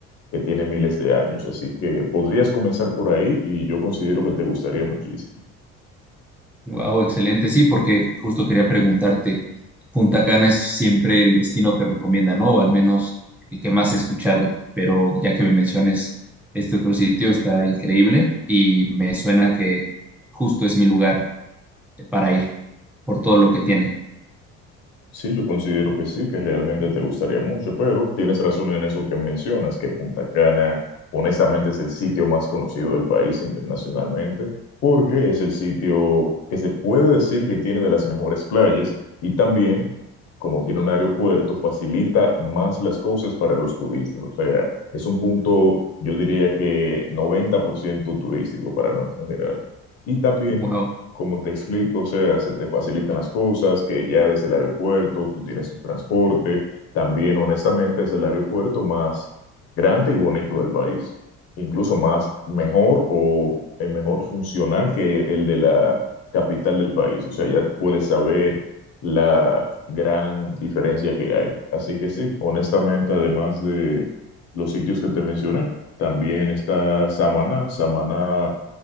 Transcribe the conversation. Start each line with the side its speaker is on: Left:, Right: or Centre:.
Left: que tiene miles de años. Así que podrías comenzar por ahí y yo considero que te gustaría muchísimo.
Centre: Wow, excelente. Sí, porque justo quería preguntarte, Punta Cana es siempre el destino que recomienda, ¿no? O al menos el que más he escuchado, pero ya que me menciones este otro sitio, está increíble y me suena que justo es mi lugar para ir por todo lo que tiene.
Left: Sí, yo considero que sí, que realmente te gustaría mucho, pero tienes razón en eso que mencionas, que Punta Cana honestamente es el sitio más conocido del país internacionalmente, porque es el sitio que se puede decir que tiene de las mejores playas y también, como tiene un aeropuerto, facilita más las cosas para los turistas. O sea, es un punto, yo diría que 90% turístico para no exagerar. Y también
Centre: Wow,
Left: como te explico, o sea, se te facilitan las cosas, que ya desde el aeropuerto tú tienes tu transporte, también honestamente es el aeropuerto más grande y bonito del país, incluso más mejor o eh, mejor funcional que el de la capital del país, o sea, ya puedes saber la gran diferencia que hay. Así que sí, honestamente, además de los sitios que te mencioné, también está Samaná, Samaná